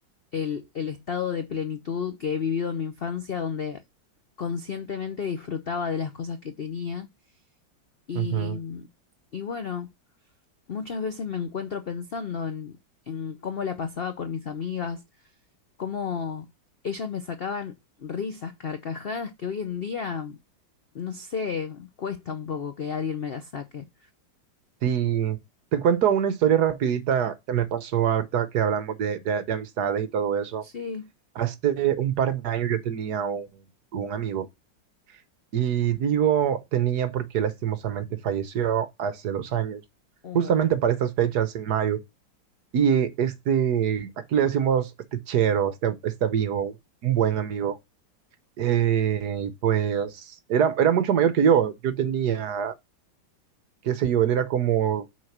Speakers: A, on the left; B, on the right.
A: el, el estado de plenitud que he vivido en mi infancia, donde conscientemente disfrutaba de las cosas que tenía. Y,
B: ujú.
A: y bueno, muchas veces me encuentro pensando en, en cómo la pasaba con mis amigas, cómo ellas me sacaban risas, carcajadas, que hoy en día, no sé, cuesta un poco que alguien me las saque.
B: Sí, te cuento una historia rapidita que me pasó ahorita que hablamos de, de, de amistades y todo eso.
A: Sí,
B: Hace un par de años yo tenía un, un amigo y digo tenía porque lastimosamente falleció hace dos años,
A: Oh,
B: justamente para estas fechas en mayo. Y este, aquí le decimos este chero, este, este amigo, un buen amigo, eh, pues era, era mucho mayor que yo. Yo tenía, qué sé yo, él era como